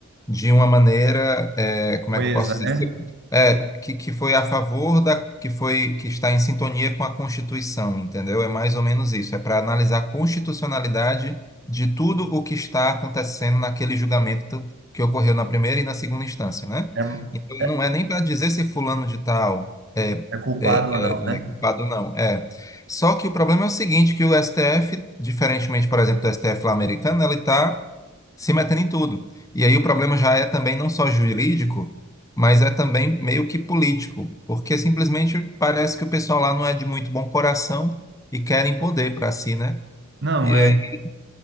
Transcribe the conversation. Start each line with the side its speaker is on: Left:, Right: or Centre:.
Left: de uma maneira, é, como
Right: coisa,
Left: é que eu posso
Right: né?
Left: dizer? É, que, que foi a favor da, que foi, que está em sintonia com a Constituição, entendeu? É mais ou menos isso. É para analisar a constitucionalidade de tudo o que está acontecendo naquele julgamento que ocorreu na primeira e na segunda instância, né?
Right: É,
Left: Então,
Right: é
Left: não é nem para dizer se fulano de tal é,
Right: é culpado
Left: é,
Right: ou não, né?
Left: é, é culpado, não. É. Só que o problema é o seguinte, que o STF, diferentemente, por exemplo, do STF lá americano, ele está se metendo em tudo. E aí o problema já é também não só jurídico, mas é também meio que político, porque simplesmente parece que o pessoal lá não é de muito bom coração e querem poder para si, né?
Right: Não,
Left: E
Right: é
Left: aí,